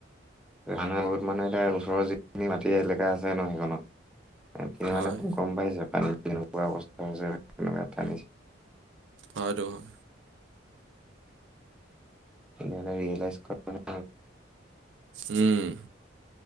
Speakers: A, in the centre; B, on the right (about 75°).
A: মানে বহুত মানে এতিয়া ওচৰৰ যিখিনি মাটি এলেকা আছে ন' সেইখনত এতিয়া
B: হয়
A: মানে <unintelligible> গম পাইছে পানীত কেনেকুৱা অৱস্থা হৈছে কেনেকুৱা টানিছে।
B: অ, হেতু হয়।
A: মানে ৰিয়েলাইজ ক'ত মানে
B: উম,